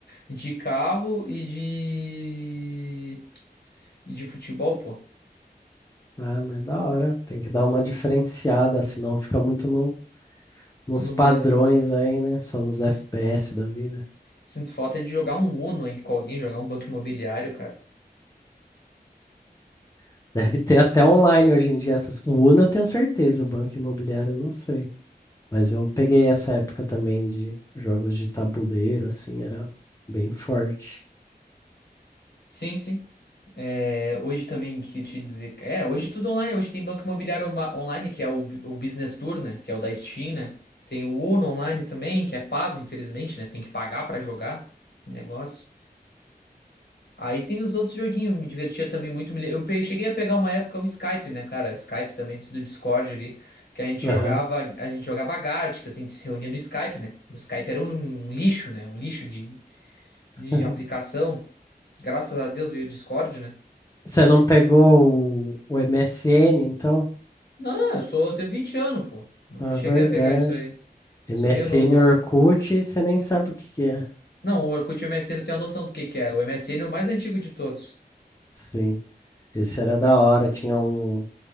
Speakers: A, on the left; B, on the left.
A: de carro e de, e de futebol, pô,
B: Ah, mas da hora. Tem que dar uma diferenciada, senão fica muito no nos
A: no
B: padrões
A: mesmo.
B: aí, né? Só nos FPS da vida.
A: Sinto falta de jogar um Uno aí com alguém, jogar um banco imobiliário, cara.
B: <laughs> Deve ter até online hoje em dia essas. O Uno eu tenho certeza, o Banco Imobiliário eu não sei. Mas eu peguei essa época também de jogos de tabuleiro, assim, era bem forte.
A: Sim, sim. É, hoje também que te dizer. É, hoje tudo online. Hoje tem Banco Imobiliário ma- Online, que é o, B- o Business Tour, né? Que é o da Steam, né? Tem o Uno Online também, que é pago, infelizmente, né? Tem que pagar pra jogar o negócio. Aí tem os outros joguinhos, me divertia também muito. me le- Eu pe- cheguei a pegar uma época o Skype, né, cara? O Skype também, antes do Discord ali, que a gente
B: Aham.
A: jogava, a gente jogava Gartic, assim, a gente se reunia no Skype, né? O Skype era um, um lixo, né? Um lixo de,
B: <laughs>
A: de aplicação. Graças a Deus veio o Discord, né?
B: Você não pegou o, o MSN, então?
A: Não, eu sou, eu tenho 20 anos, pô. Não
B: Na
A: cheguei
B: verdade.
A: a pegar isso aí.
B: MSN
A: Sou meio novão,
B: Orkut,
A: né?
B: você nem sabe o que que é.
A: Não, o Orkut e o MSN tem a noção do que que é. O M S MSN é o mais antigo de todos. <laughs>
B: Sim. Esse era da hora. Tinha um,